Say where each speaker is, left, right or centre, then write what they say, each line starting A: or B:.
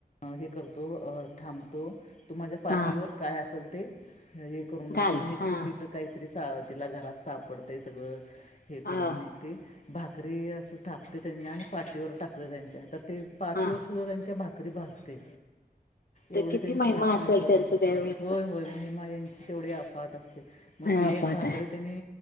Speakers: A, on the left; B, on the left.
A: हे करतो थांबतो तू माझ्या पार्टीवर
B: हा
A: काय असेल ते हे करून मग
B: घाल
A: ते मिक्स
B: हा
A: पीठ काहीतरी तिला घरात सापडतंय सगळं हे
B: हा
A: करून मग ती भाकरी असं थापते त्यांनी आणि पाटवर टाकली त्यांच्या तर ते पाठीवर
B: हा
A: सुद्धा त्यांच्या भाकरी भासते
B: ते
A: एवढी
B: किती
A: त्यांची
B: महिमा
A: अफात
B: असेल त्यांचं त्यावेळेच
A: होय होय महिमा यांची अ तेवढी अफाट असते मग
B: हा
A: ती एक
B: पाठ
A: भाकरी
B: आहे
A: त्यानी